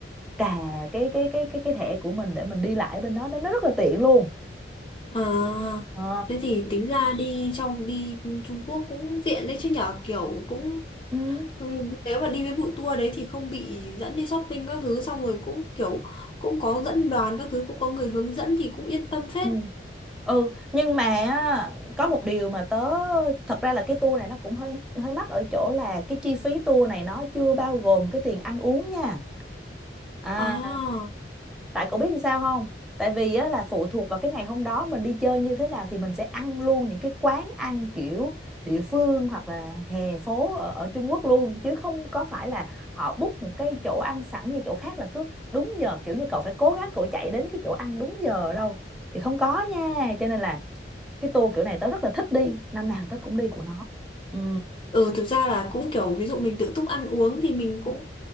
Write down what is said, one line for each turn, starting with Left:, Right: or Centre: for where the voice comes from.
Centre: cà cái cái cái cái cái thẻ của mình để mình đi lại bên đó nên nó rất là tiện luôn.
Left: à
Centre: Ờ.
Left: thế thì tính ra đi trong đi Trung Quốc cũng tiện đấy chứ nhở kiểu cũng
Centre: Ừ.
Left: ừm, nếu mà đi với bụi tour đấy thì không bị dẫn đi shopping các thứ xong rồi cũng kiểu cũng có dẫn đoàn các thứ cũng có người hướng dẫn thì cũng yên tâm phết
Centre: Ừ. ừ nhưng mà á, có một điều mà tớ thật ra là cái tour này nó cũng hơi hơi mắc ở chỗ là cái chi phí tour này nó chưa bao gồm cái tiền ăn uống nha à
Left: à
Centre: tại cậu biết sao không tại vì á, là phụ thuộc vào cái ngày hôm đó mình đi chơi như thế nào thì mình sẽ ăn luôn những cái quán ăn kiểu địa phương hoặc là hè phố ở, ở Trung Quốc luôn chứ không có phải là họ book một cái chỗ ăn sẵn như chỗ khác là cứ đúng giờ kiểu như cậu phải cố gắng cậu chạy đến cái chỗ ăn đúng giờ đâu thì không có nha cho nên là cái tour kiểu này tớ rất là thích đi năm nào tớ cũng đi của nó ừ
Left: Ừ, thực ra là cũng kiểu ví dụ mình tự túc ăn uống thì mình cũng